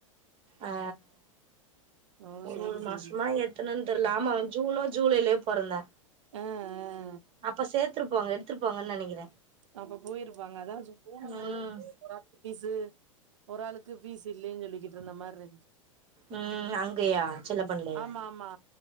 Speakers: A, on the right (about 30°); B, on the right (about 60°).
A: ஆ
B: ஓ
A: ஒரு
B: சேரி
A: ஒரு
B: சேரி
A: மாசமா ஏத்தனுன்னு தெரியல ஆமா ஜூனோ ஜூலை லே பொறந்தே
B: ஆ ஆ
A: அப்ப சேத்துருபோங்க எத்ருபாங்கனு நெனைகிற
B: அப்ப போயிருபாங்க அதா போன மாரிதா
A: ம்
B: ஒராளுகு பீசு ஒரு ஆளுகு பீசு இல்லெனு சொலிகிடு ருந்த மாரி இருஞ்சு
A: உ அங்கயா செல்லப்பண்லயா
B: ஆமா ஆமா